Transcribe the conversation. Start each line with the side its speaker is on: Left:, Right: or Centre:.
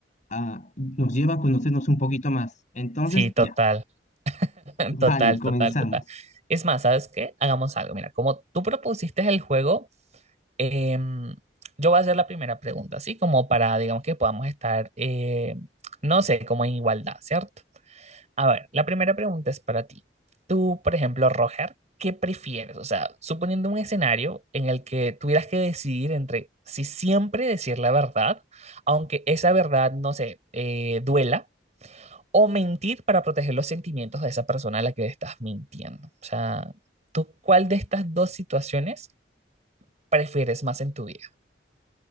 Left: ah, nos lleva a conocernos un poquito más. Entonces,
Right: Sí, total,
Left: ya,
Right: <laughs>
Left: vale,
Right: total,
Left: comenzamos.
Right: total, total. Es más, ¿sabes qué? Hagamos algo. Mira, como tú propusiste el juego. Em, yo voy a hacer la primera pregunta, así como para, digamos, que podamos estar, eh, no sé, como en igualdad, ¿cierto? A ver, la primera pregunta es para ti. Tú, por ejemplo, Roger, ¿qué prefieres? O sea, suponiendo un escenario en el que tuvieras que decidir entre si siempre decir la verdad, aunque esa verdad, no sé, eh, duela, o mentir para proteger los sentimientos de esa persona a la que estás mintiendo. O sea, ¿tú cuál de estas dos situaciones prefieres más en tu vida?